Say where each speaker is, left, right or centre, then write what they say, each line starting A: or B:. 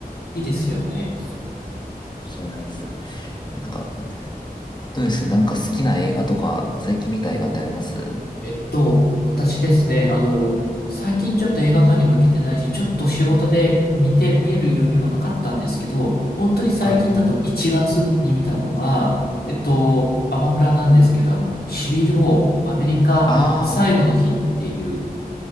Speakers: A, on the left (about 85°); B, on the left (about 30°).
A: いいですよね。
B: かもしれないです。えなんか、どうですなんか好きな映画とか、最近見た映画ってあります
A: えっと、私ですね、あの、最近ちょっと映画館にも行けてないし、ちょっと仕事で見て、見える余裕がなかったんですけど、本当に最近だと1月に見たのが、
B: はい。
A: えっと、アマプラなんですけど、あの、シビルをアメリカ最後の日っていう、
B: あ